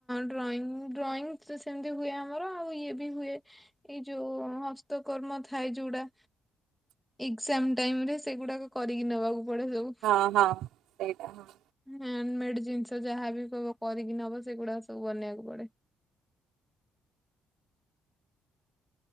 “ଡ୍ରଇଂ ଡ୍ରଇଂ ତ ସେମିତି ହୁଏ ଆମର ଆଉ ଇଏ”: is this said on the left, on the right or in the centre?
Centre